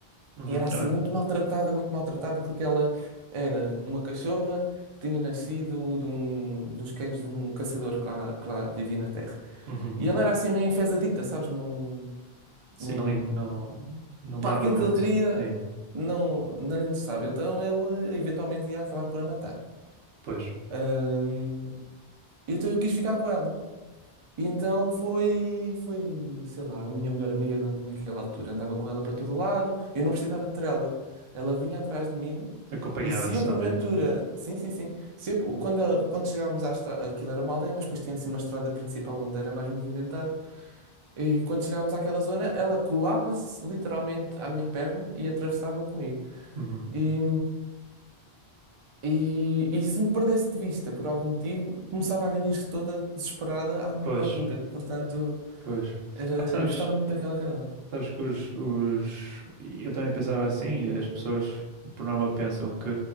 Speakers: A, on the right; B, on the right.
A: Uhum.
B: era assim
A: Olha,
B: muito maltratada, muito maltratada, porque ela era uma cachorra que tinha nascido de um, dos cães de um caçador que lá, que lá vivia na terra.
A: uhum.
B: E ela era assim meio enfesadita, sabes? Não,
A: Sim,
B: não,
A: não, li- não, não
B: para
A: dava
B: aquilo
A: muito.
B: que ele queria,
A: Sim,
B: não, não lhe interessava. Então ele eventualmente ia acabar por a matar.
A: pois.
B: Ahm, então eu quis ficar com ela. E então foi, foi, sei lá, a minha melhor amiga na- naquela altura. Andava com ela para todo lado, eu não precisava de trela. Ela vinha atrás de mim
A: Acompanhava-te
B: e se eu
A: só,
B: porventura,
A: né?
B: sim, sim, sim, se eu, quando, ela- quando chegávamos à estrada, aquilo era uma aldeia, mas depois tinha assim uma estrada principal onde era mais movimentado. E quando chegávamos àquela zona, ela colava-se literalmente à minha perna e atravessava comigo.
A: Uhum.
B: E, e, e se me perdesse de vista por algum motivo, começava a ganir-se toda desesperada à minha
A: Pois,
B: procura. Portanto.
A: pois.
B: Era,
A: Pá, sabes,
B: eu gostava muito daquela cadela.
A: Sabes que os, os... Eu também pensava assim, e as pessoas por norma pensam que